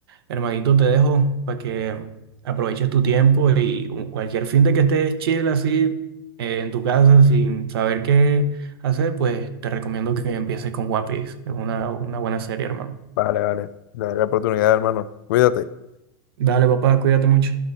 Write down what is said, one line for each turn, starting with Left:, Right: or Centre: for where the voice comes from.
Right: Hermanito, te dejo para que aproveches tu tiempo y un- cualquier fin de que estés chill así eh, en tu casa sin saber qué hacer, pues te recomiendo que empieces con One Piece. Es una, una buena serie, hermano.
Left: vale, vale, le daré la oportunidad, hermano. Cuídate.
Right: Dale, papá, cuídate mucho.